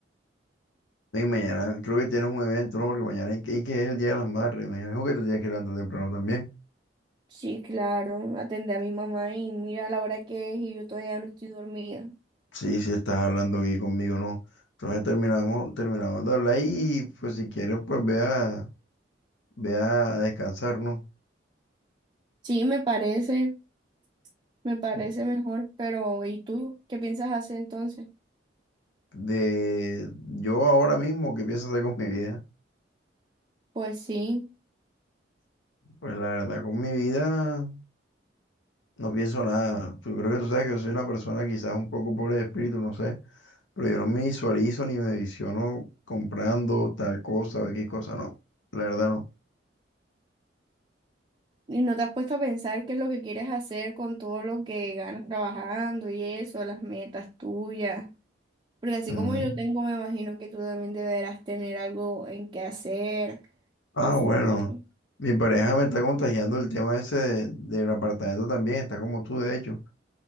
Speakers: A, on the left; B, on the right.
A: Y mañana creo que tienes un evento, ¿no? Porque mañana hay que, hay que es el Día de las Madres, me dijo que te tienes que levantar temprano también.
B: Sí, claro, atendí a mi mamá y mira la hora que es y yo todavía no estoy dormida.
A: Sí, sí, estás hablando aquí conmigo, no. Entonces terminamos, terminamos de hablar y pues si quieres, pues ve a, ve a descansar, ¿no?
B: Sí, me parece, me parece
A: Mm,
B: mejor, pero ¿y tú qué piensas hacer entonces?
A: De yo ahora mismo, ¿qué pienso hacer con mi vida?
B: Pues sí.
A: Pues la verdad, con mi vida no pienso nada. Pues, Yo creo que tú sabes que yo soy una persona quizás un poco pobre de espíritu, no sé, pero yo no me visualizo ni me visiono comprando tal cosa o X cosa, no. La verdad no.
B: Y no te has puesto a pensar qué es lo que quieres hacer con todo lo que ganas trabajando y eso, las metas tuyas. Porque así
A: Mm.
B: como yo tengo, me imagino que tú también deberás tener algo en qué hacer
A: Ah,
B: a futuro.
A: bueno. Mi pareja me está contagiando el tema ese de- del apartamento también, está como tú de hecho,